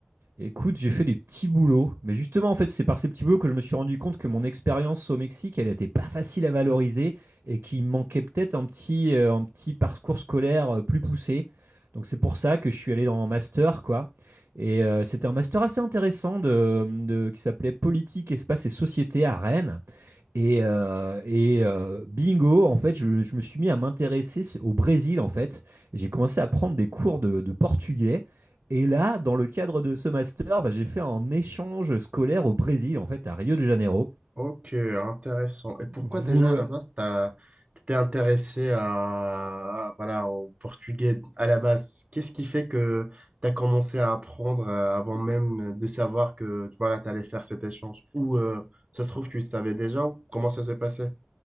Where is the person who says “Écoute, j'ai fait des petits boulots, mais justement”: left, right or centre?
Right